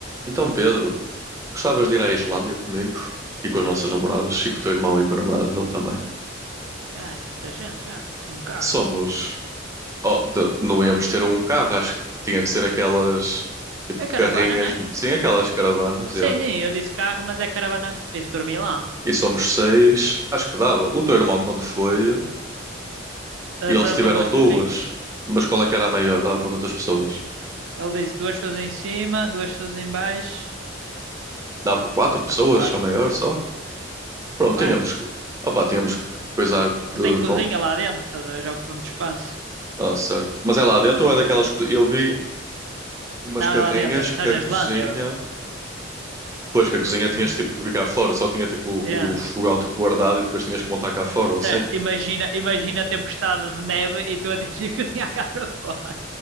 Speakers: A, on the right; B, on the right.
A: Então, Pedro, gostavas de ir à Islândia comigo e com as nossas namoradas e com o teu irmão e com a namorada dele também?
B: Ah, isso é muita gente já, num carro.
A: Somos. Oh, de- não íamos ter um carro, acho que tinha que ser aquelas tipo
B: É caravana,
A: carrinhas,
B: né?
A: sim, aquelas caravanas,
B: Sim,
A: é.
B: sim, eu disse carro, mas é caravana, eles dormiam lá.
A: E somos seis, acho que dava. O teu irmão, quando foi,
B: Ah,
A: eles
B: foram
A: tiveram
B: com duas
A: duas,
B: carrinhas.
A: mas qual é que era a maior? Dava para quantas pessoas?
B: Ele disse duas pessoas em cima, duas pessoas em baixo.
A: Dava para quatro pessoas,
B: Há quatro,
A: a maior só?
B: capaz.
A: Pronto, tínhamos que. Opá, tínhamos que coisar
B: Porque
A: de.
B: tem cozinha
A: com-
B: lá dentro, estás a ver? Já ocupa muito espaço.
A: Ah, certo. Mas é lá dentro ou é daquelas. que- Eu vi. umas
B: Não,
A: carrinhas
B: é lá dentro.
A: que
B: Estás
A: a
B: na
A: cozinha.
B: Islândia, bro.
A: Pois que a cozinha tinhas
B: Não...
A: tipo que vir cá fora, só tinha tipo
B: É.
A: o fogão tipo guardado e depois tinhas que montar cá fora, ou assim.
B: Sério, Imagina, imagina a tempestade de neve e tu a <laughs> tens de cozinhar cá para fora.